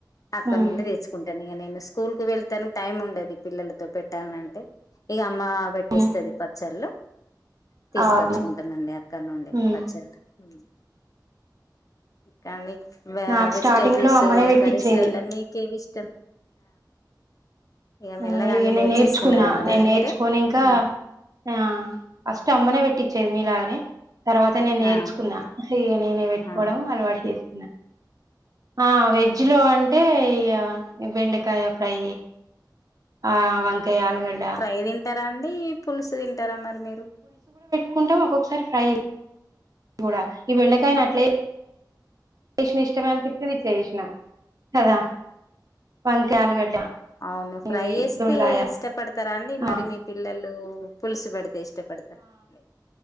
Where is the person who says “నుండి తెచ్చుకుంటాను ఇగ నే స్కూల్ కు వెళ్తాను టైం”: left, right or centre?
Left